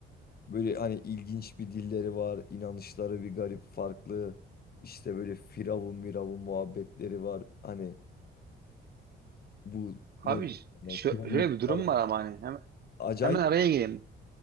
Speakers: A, on the left; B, on the right.
A: Böyle hani ilginç bir dilleri var, inanışları bir garip farklı. İşte böyle firavun miravun muhabbetleri var. Hani bu ne
B: abi ş-
A: onlar?
B: şöyle
A: Piramitler
B: bir durum var ama hani hemen,
A: Acayip.
B: hemen araya gireyim.